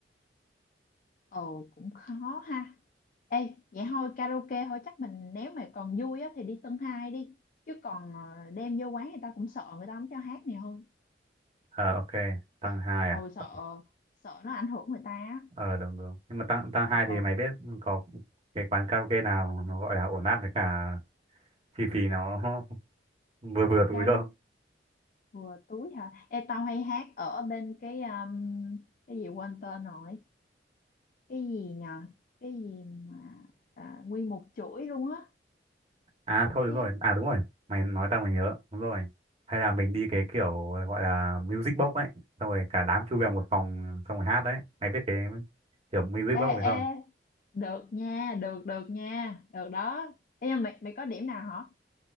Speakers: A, on the left; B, on the right.
A: Ồ cũng khó ha. Ê, vậy thôi karaoke thôi chắc mình nếu mà còn vui á thì đi Tân Hai đi. Chứ còn ờ, đem vô quán người ta cũng sợ người ta không cho hát này hơn.
B: ờ ok tăng
A: Sợ,
B: hai
A: ồ
B: à
A: sợ,
B: T-
A: sợ nó ảnh hưởng người ta á.
B: ờ đúng đúng nhưng mà tăng tăng
A: Ồ
B: hai
A: ồ,
B: thì mày biết có cái quán karaoke nào nó gọi là ổn áp với cả chi phí nó <laughs> vừa vừa túi
A: karaoke
B: không
A: vừa túi hả? Ê tao hay hát ở bên cái um, cái gì quên tên rồi. Cái gì nhờ? Cái gì mà à, nguyên một chuỗi luôn á.
B: à thôi
A: Cái...
B: đúng rồi à đúng rồi mày nói tao mày nhớ đúng rồi hay là mình đi cái kiểu gọi là music box ấy xong rồi cả đám chui vào một phòng xong rồi hát đấy mày biết cái kiểu music
A: Ê
B: box này không
A: ê, được nha, được được nha, được đó. Ê, nhưng mà mày, mày có điểm nào hả?